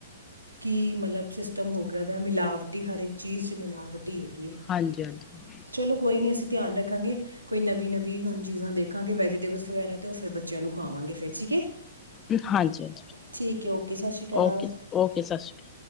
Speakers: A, on the right; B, on the left.
A: ਕੀ ਮਤਲਬ ਸਿਸਟਮ ਹੋ ਗਿਆ ਉਹਦਾ ਮਿਲਾਵਟੀ ਹਰ ਇੱਕ ਚੀਜ਼ 'ਚ ਮਿਲਾਵਟੀ ਟੀ ਹੈ ਗਈ
B: ਹਾਂਜੀ ਹਾਂਜੀ
A: ਚਲੋ ਕੋਈ ਨੀ ਅਸੀਂ ਧਿਆਨ ਰੱਖਾਂਗੇ ਕੋਈ ਨਵੀਂ ਨਵੀ ਹੁਣ ਚੀਜ਼ਾਂ ਦੇਖਾਂਗੇ ਵੈਜੀਟੇਬਲ ਵਗੈਰਾ ਤੇ ਉਹ ਫਿਰ ਬੱਚਿਆਂ ਨੂੰ ਖਾਵਾਂਗੇ ਫਿਰ ਠੀਕ ਹੈ।
B: ਹਾਂਜੀ ਹਾਂਜੀ
A: ਠੀਕ ਹੈ ਓਕੇ ਸਤਿ ਸ੍ਰੀ ਅਕਾਲ
B: ਓਕੇ ਓਕੇ ਸਤਿ ਸ੍ਰੀ ਅਕਾਲ